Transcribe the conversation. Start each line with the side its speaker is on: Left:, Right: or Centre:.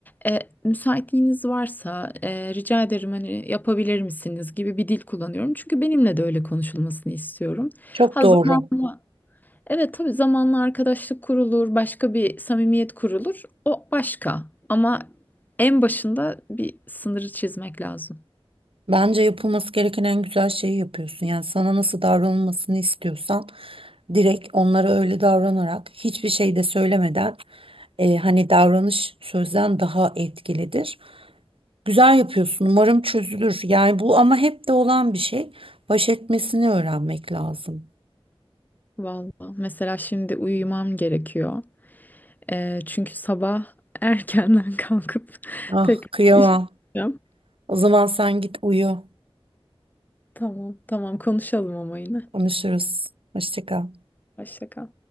Left: e, müsaitliğiniz varsa e, rica ederim hani yapabilir misiniz gibi bir dil kullanıyorum. Çünkü benimle de öyle konuşulmasını istiyorum.
Right: Çok
Left: Ha
Right: doğru.
Left: zamanla evet tabii zamanla arkadaşlık kurulur, başka bir samimiyet kurulur. O başka. Ama en başında bir sınırı çizmek lazım.
Right: Bence yapılması gereken en güzel şeyi yapıyorsun. Yani sana nasıl davranılmasını istiyorsan direkt onlara öyle davranarak hiçbir şey de söylemeden e, hani davranış sözden daha etkilidir. Güzel yapıyorsun. Umarım çözülür. Yani bu ama hep de olan bir şey. Baş etmesini öğrenmek lazım.
Left: Vallahi mesela şimdi uyumam gerekiyor. Ee, çünkü sabah erkenden <laughs> kalkıp
Right: Ah
Left: tekrar
Right: kıyamam.
Left: iş yapacağım.
Right: O zaman sen git uyu.
Left: Tamam, tamam konuşalım ama yine.
Right: Konuşuruz. Hoşça kal.
Left: Hoşça kal.